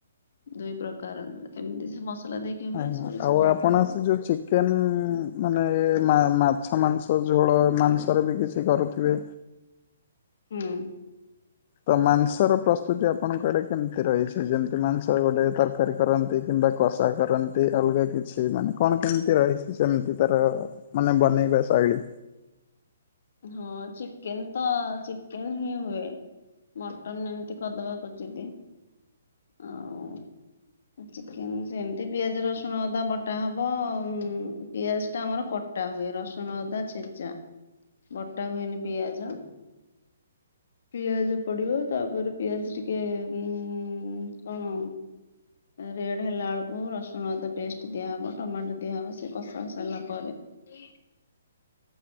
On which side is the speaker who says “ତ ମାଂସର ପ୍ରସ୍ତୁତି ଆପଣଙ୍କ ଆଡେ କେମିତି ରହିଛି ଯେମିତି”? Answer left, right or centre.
Left